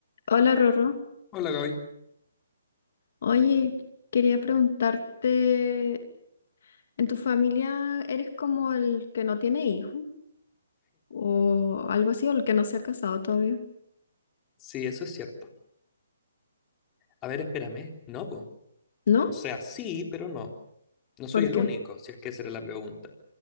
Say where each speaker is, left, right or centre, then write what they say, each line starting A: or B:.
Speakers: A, on the left; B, on the left.
A: Hola Rorro,
B: Hola Gaby.
A: oye, quería preguntarte, ¿en tu familia eres como el que no tiene hijo o algo así o el que no se ha casado todavía?
B: Sí, eso es cierto. A ver, espérame. No, pues.
A: ¿No?
B: O sea, sí, pero no. No soy
A: ¿Por
B: el
A: qué?
B: único, si es que esa era la pregunta.